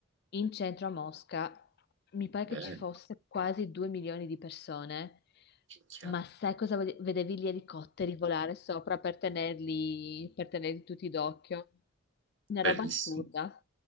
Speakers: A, on the left; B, on the right.
A: In centro a Mosca mi pare
B: bene,
A: che ci fosse quasi 2 milioni di persone,
B: minchia,
A: ma sai cosa vede- vedevi gli elicotteri volare sopra per tenerli, per tenerli tutti d'occhio? Una
B: bellissimo.
A: roba assurda.